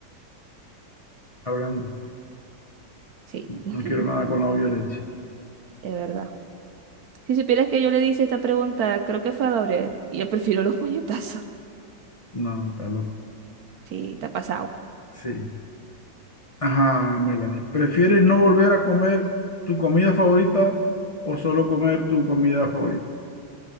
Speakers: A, on the left; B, on the right.
A: hablando.
B: Sí,
A: No
B: <laughs>
A: quiero nada con la violencia.
B: es verdad. Si supieras que yo le hice esta pregunta, creo que fue a Gabriel, y yo prefiero los puñetazos.
A: No, no, está loco.
B: Sí, está pasado.
A: Sí. Ajá, Melanie. ¿Prefieres no
B: Ajá.
A: volver a comer tu comida favorita o solo comer tu comida favorita?